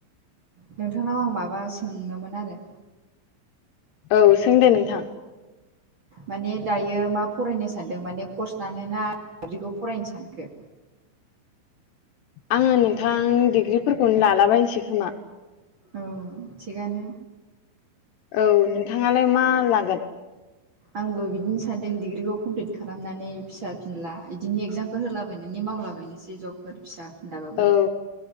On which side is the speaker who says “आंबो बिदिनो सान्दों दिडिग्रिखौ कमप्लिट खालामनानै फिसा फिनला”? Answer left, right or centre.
Right